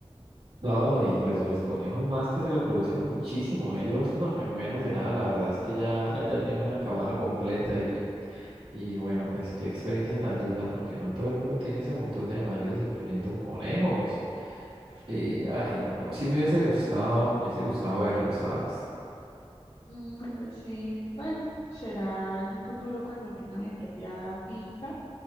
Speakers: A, on the right (about 80°); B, on the left (about 80°).
A: No, y pues los conejos más que se reproducen muchísimo, ellos no, en menos de nada, la verdad es que ya, <laughs> ya tengo una camada completa y, y bueno, pues qué experiencia tan linda, porque no todo el mundo tiene ese montón de animales, incluyendo conejos. Y, ay, no, sí me hubiese gustado, me hubiese gustado verlo, ¿sabes?
B: Mm, Pues sí, bueno, será en un futuro cuando tenga mi propia finca